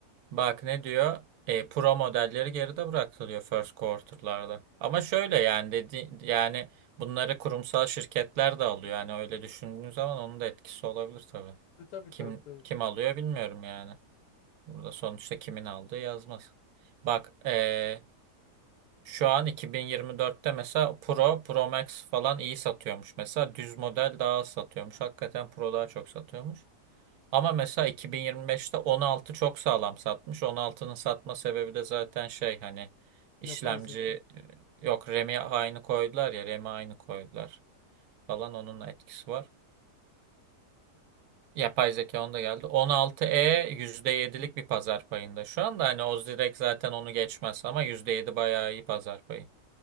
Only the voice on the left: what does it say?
E, tabii
tabii tabii.
Yapay zeka. mı?